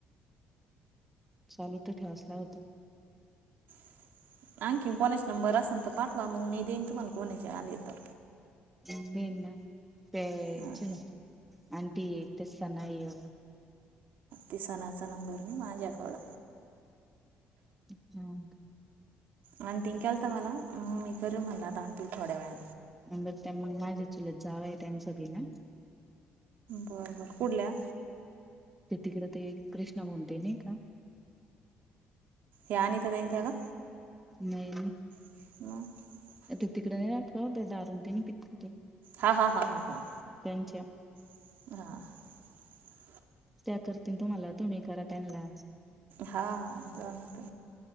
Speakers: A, in the centre; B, on the right.
A: चालू तर ठसला होता.
B: <inaudible> आणखीन कोणाचा नंबर असेल तर पाठवा मग मी देईन तुम्हाला कोणाचे आले तर.
A: अन पच.
B: हां
A: आंटी तेसतानाग.
B: ते सणाचा नंबर नाही माझ्याकड.
A: हा का?
B: आणि ती केल तर म्हाला मग मी कर म्हणला आणि तू थोड्या वेळ
A: आणि बघ त्या मग माझी चुलत जावंय त्यां सगळी ना.
B: बरं बरं कुठल्या
A: ते तिकड ते कृष्णा म्हणते नाही का?
B: यानतदायत्याग.
A: नाहीर.
B: <unintelligible>
A: ते तिकडे नाही का दारून ते नाही का पीत
B: हा हा हा हा हा
A: अच्छा
B: <unintelligible>
A: त्या करतील तुम्हाला तुम्ही करा त्यांना
B: हा जात